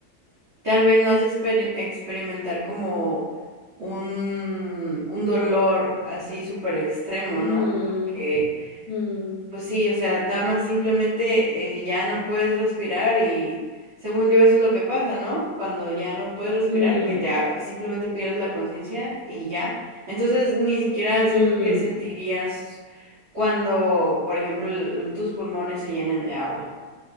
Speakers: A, on the right (about 70°); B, on the left (about 75°).
A: tal vez no has de experi- experimentar como un, un dolor así súper extremo,
B: mm,
A: ¿no? Porque
B: mm,
A: Pues sí, o sea, nada más simplemente eh, ya no puedes respirar y según yo eso es lo que pasa, ¿no? Cuando ya no puedes respirar,
B: mm,
A: que te a- simplemente pierdes la conciencia y ya. Entonces ni siquiera siento
B: mm,
A: que sentirías cuando, por ejemplo, el- tus pulmones se llenen de agua.